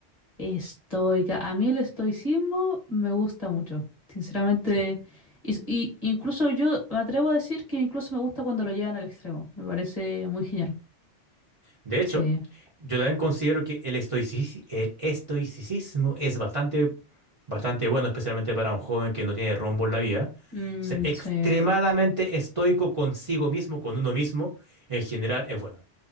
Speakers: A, on the left; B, on the right.
A: Estoica. A mí el estoicismo me gusta mucho, sinceramente.
B: Sí.
A: Y, y incluso yo me atrevo a decir que incluso me gusta cuando lo llevan al extremo. Me parece muy genial.
B: De hecho,
A: Sí.
B: yo también considero que el estoicismo, el estoicismo es bastante, bastante bueno, especialmente para un joven que no tiene rumbo en la vida.
A: Mm,
B: Ser extremadamente
A: sí.
B: estoico consigo mismo, con uno mismo, en general es bueno.